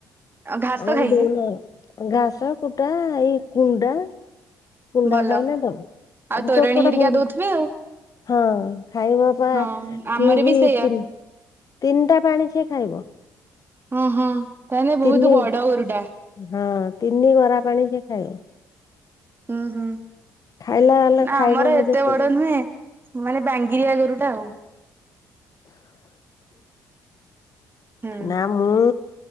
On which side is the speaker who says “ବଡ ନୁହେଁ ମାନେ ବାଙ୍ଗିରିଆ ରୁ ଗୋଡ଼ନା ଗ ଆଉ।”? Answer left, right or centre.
Right